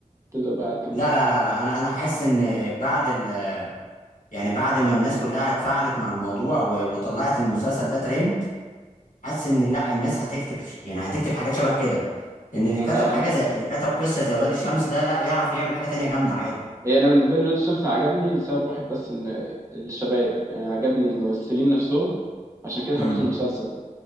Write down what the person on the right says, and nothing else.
تفضل بقى قاعد جنبها
أم،
هي انا بالنسبه لي ولاد الشمس عجبني لسبب واحد بس ان الشباب يعني عجبني الممثلين نفسهم عشان كده
حبيت المسلسل